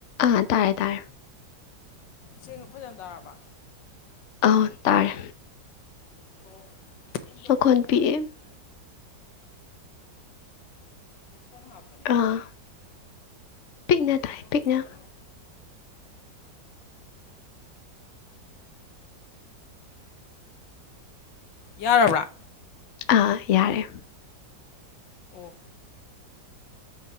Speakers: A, on the left (about 55°); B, on the left (about 80°).
A: ꯑꯥ ꯇꯥꯔꯦ ꯇꯥꯔꯦ
B: ꯁꯦꯡꯅ ꯐꯖꯟ ꯇꯥꯔꯕ
A: ꯑ ꯇꯥꯔ
B: ꯄꯤꯛꯇ꯭ꯔꯣ ꯑꯩ ꯇꯧꯕꯗꯤ
A: ꯑꯈ ꯄꯤꯑ
B: ꯌꯥꯔꯦꯅꯦ ꯑꯗꯨꯅ ꯕꯤ ꯀꯅ ꯍꯥꯄ
A: ꯑꯥ ꯄꯤꯛꯅ
B: ꯂꯧꯊꯣꯛꯐꯝ
A: ꯇꯥꯏ ꯄꯤꯛꯅ
B: ꯐꯖꯅ ꯌꯥꯕ ꯌꯥꯔꯕ꯭ꯔꯥ
A: ꯑꯥ ꯌꯥꯔꯦ
B: ꯑꯣꯐ